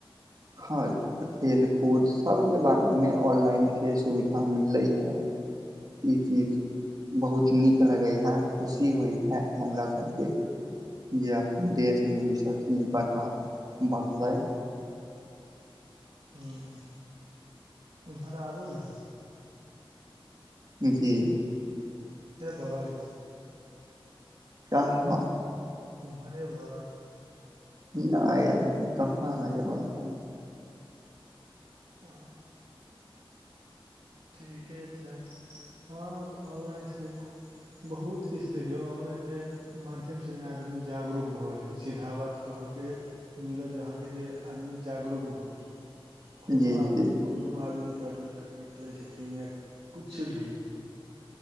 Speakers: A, on the right; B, on the right.
A: हां खेल-कूद सबके बारे मे ऑनलाइन से सुविधा मिललै हें। ई चीज बहुत नीक लगै हाए, खुशी होय हाए हमरा सबके। जे आब देश मे ई सब चीज बढ़ा बढ़लै।
B: हुं इम्हर आबु नै।
A: जी।
B: एबै।
A: का, हां।
B: इम्हर एबै।
A: नै अभी कहाँ एबन हम।
B: अ ठीके छै हां तऽ ऑनलाइन से बहुत किछ देखियौ ऑनलाइन के माध्यम संगे आदमी जागरूक भऽ गेलै हन, सीधा बात कहअ के मिलत जे अहाँ के जे आदमी जागरूक भ गेल। कुनू
A: जी
B: आदमी,
A: जी
B: कुनू आदमी पढ़-लिख कऽ निकलै छथिन या कछु भी